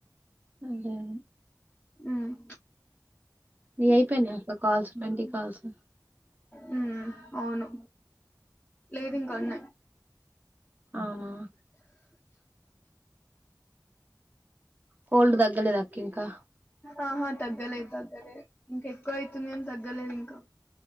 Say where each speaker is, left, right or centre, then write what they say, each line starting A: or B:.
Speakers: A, on the right; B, on the left.
A: అదేలే.
B: హ్మ్
A: నీయి అయిపోయినాయ అక్క కాల్స్. ట్వంటీ కాల్స్
B: హ్మ్ అవును. లేదు ఇంకా ఉన్నాయి.
A: ఔనా. కోల్డ్ దగ్గలేదా అక్క ఇంకా.
B: ఆహా తగ్గలే తగ్గ్ తగ్గలే ఇంకా ఎక్కువయత్ ఏం తగ్గలేదు ఇంకా.